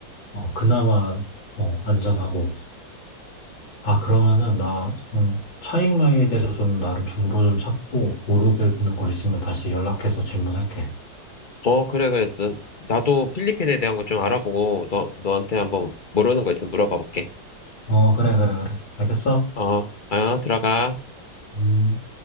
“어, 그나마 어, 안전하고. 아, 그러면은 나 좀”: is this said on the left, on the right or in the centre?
Left